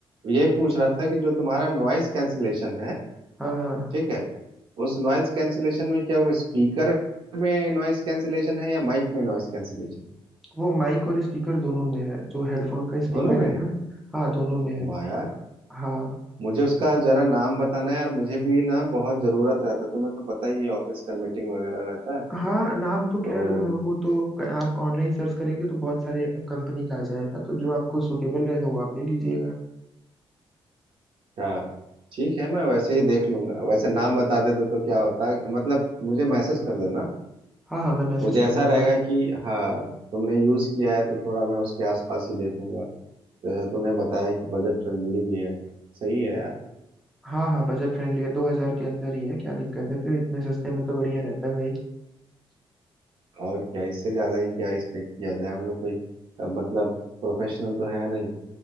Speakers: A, on the right (about 65°); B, in the centre.
A: यही
B: अच्छा
A: पूछ रहा था कि जो तुम्हारा नॉइज कैंसिलेशन है
B: हाँ हाँ
A: ठीक है उस नॉइज कैंसिलेशन में क्या वो स्पीकर में नॉइज कैंसिलेशन है या माइक में नॉइज कैंसिलेशन
B: वो माइक और स्पीकर दोनों में है जो हेडफोन का स्पीकर
A: दोनों में
B: है
A: है
B: ना हाँ दोनों में है
A: वाह यार
B: हाँ
A: मुझे उसका जरा नाम बताना यार मुझे भी ना बहुत जरूरत रहता है तुम्हें तो पता ही है ऑफिस का मीटिंग वगैरह रहता है
B: हाँ नाम तो
A: तो
B: खैर अ, वो तो क- आप ऑनलाइन सर्च करेंगे तो बहुत सारे कंपनी का आ जाएगा तो जो आपको सुटेबल रहेगा वो आप ले लीजिएगा
A: क्या ठीक है मैं वैसे ही देख लूंगा वैसे नाम बता देते तो क्या होता है मतलब मुझे मैसेज कर देना
B: हाँ हाँ मैं मैसेज
A: मुझे ऐसा
B: कर दूंगा
A: रहेगा कि हाँ तुमने यूज किया है तो थोड़ा मैं उसके आसपास ही देखूंगा जैसा तुमने बताया कि बजट फ्रेंडली भी है सही है यार
B: हाँ हाँ बजट फ्रेंडली है दो हजार के अंदर ही है क्या दिक्कत है फिर इतने सस्ते में तो बढ़िया रहता है भाई
A: और क्या इससे ज्यादा ही क्या एक्सपेक्ट किया जाए हम लोग कोई अ, मतलब प्रोफेशनल तो है नहीं